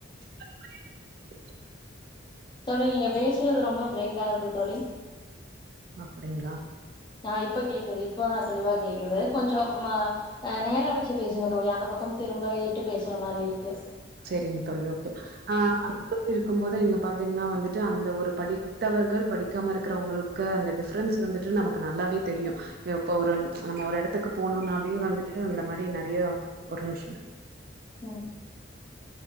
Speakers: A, on the right (about 50°); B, on the left (about 25°).
A: அந்த மாரி இருந்திருக்கலாமே
B: தோழி நீங்க பேசுறது ரொம்ப பிரேக் காது தோழி
A: அப்டிங்ளா
B: ஆ இப்ப கேக்குது இப்பனாத் தெளிவா கேட்குது கொஞ்சோ ம் ஆ நேரா வச்சு பேசுங்க தோழி அந்த பக்கம் திரும்பறேட்டு பேசுற மாரி இருக்கு
A: செரிங்க தோழி ஓகே ஆ அது மாதிரி இருக்கும் போது நீங்க பாத்தீங்னா வந்து ட்டு அந்த ஒரு படித்தவர்கள் படிக்காம இருக்கறவங்களுக்கு அந்த டிஃப்ரன்ஸ் வந்துட்டு நமக்கு நல்லாவே தெரியு இப்ப ஒரு நம்ம ஒரு எடத்துக்கு போனுனாவே வந்துட்டு அந்த மாரி நறைய ஒரு நிம்ஷோ
B: ம்